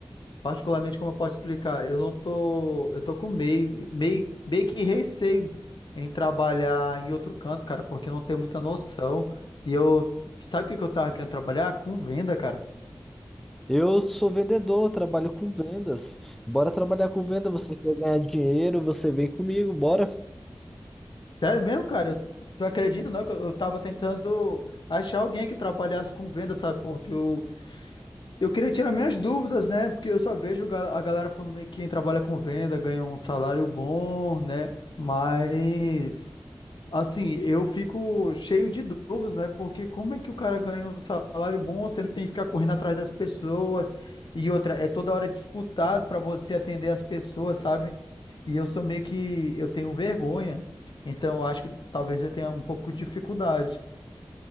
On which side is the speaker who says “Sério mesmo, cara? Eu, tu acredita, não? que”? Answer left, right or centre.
Left